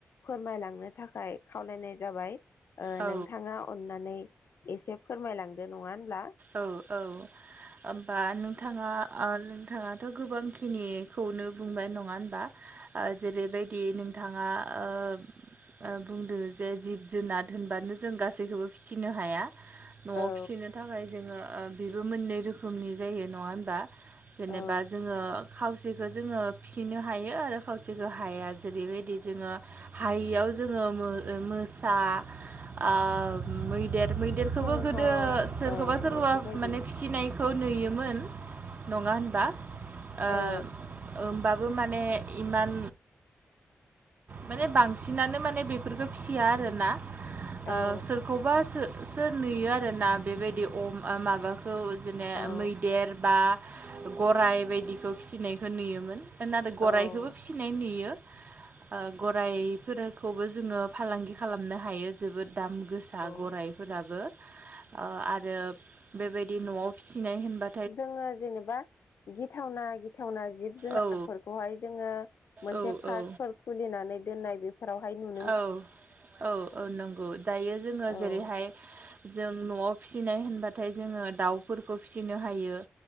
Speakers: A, on the left; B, on the right.
A: फोरमायलांनो थाखाय खावलायनाय जाबाय। ओ
B: औ
A: नोंथाङा अननानै एसे फोरमायलांदो नङा होनोमब्ला।
B: औ औ। होमबा नोंथाङा नोंथाङाथ' गोबांखिनिखौनो बुंनाय नङा होनोमबा। ओ जेरै'बायदि नोंथाङा ओ ओ बुंदो जे जिब जुनार होनब्लानो जों गासैखौबो फिसिनो हाया। न'आव
A: औ
B: फिसिनो थाखाय जोङो ओ बेबो मोननै रोखोमनि जायो नङा होनबा? जेनेबा
A: औ
B: जोङो। खावसेखौ जोङो फिसिनो हायो आरो खावसेखौ हाया जेरै'बायदि जोङो हायियाव जोङो मो मोसा ओ मैदेर मैदेर खौबो
A: सिंह
B: गोदो
A: औ
B: सोरखौबा सोरखौबा
A: बेफोरबायदि
B: माने फिसिनाय खौ नुयोमोन नङा होनबा ओ
A: औ
B: ओमबाबो माने इमान माने बांसिनानो माने बेफोरखौ फिसियाल आरो ना ओ
A: औ
B: सोरखौबा सो सोर नुयो आरो ना बेबायदि अम माबा खौ जेननो
A: औ
B: मैदेर बा गराइ बायदिखौ फिसिनायखौ नुयोमोन नादाय गराइखौबो
A: औ
B: फिसिनाय नुयो। ओ गराइफोरखौबो जोङो फालांगि खालामनो हायो जोबोद दाम गोसा गराइ
A: औ
B: फोराबो ओ आरो बेबायदि न'आव फिसिनाय होनबा
A: जोङो जेनेबा गिथावना गिथावना जिब जुनारफोरखौहाय
B: औ
A: जोङो मोनसे
B: औ
A: पार्कफोर
B: औ
A: खुलिनानै दोननाय बे फोरावहाय नु
B: औ औ औ नंगौ दायो जोङो
A: औ
B: जेरैहाय जों न' आव‌ फिसिनाय होनबाथाय जोङो दाउफोरखौ फिसिनो हायो